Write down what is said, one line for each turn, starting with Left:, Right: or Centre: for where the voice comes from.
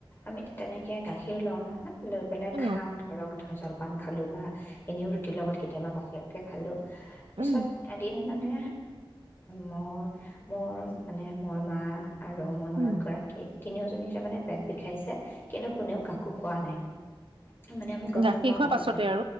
Left: আমি তেনেকে গাখীৰ লও নহয় লৈ পেলাই
Right: অ
Left: খাওঁ ধৰক, ধ জল পান খালোঁ বা এনেও ৰুটিৰ লগত কেতিয়াবা গাখীৰকে খালো। পিছত
Right: উম
Left: এদিন মানে মোৰ-মোৰ মানে মই মা আৰু মোৰ ননত
Right: উম
Left: গৰাকী তিনিওজনী তাৰ মমানে পেট বিষাইছে কিন্তু কোনেও কাকো কোৱা নাই মানে আমি গম
Right: গাখীৰ
Left: নাপাও
Right: খোৱাৰ
Left: আৰু
Right: পাছতে
Left: এতে